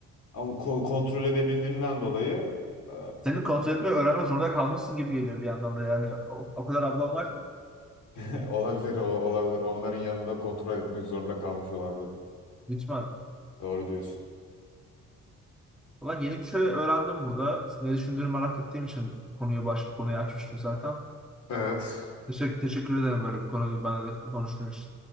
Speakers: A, on the left; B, in the centre.
A: ama ko- kontrol edebildiğimden dolayı e,
B: Senin kontrol etmeyi öğrenmek zorunda kalmışsın gibi geliyor bir yandan da yani. O, o kadar ablan var ki.
A: <laughs> olabilir o- olabilir. Onların yanında kontrol etmek zorunda kalmış olabilirim.
B: Lütfen.
A: Doğru diyorsun.
B: Ulan yeni bir şey öğrendim burada. Ne düşündüğünü merak ettiğim için konuyu baş, konuyu açmıştım zaten.
A: Evet.
B: Teşekkür, teşekkür ederim böyle bir konuyu benimle konuştuğun için.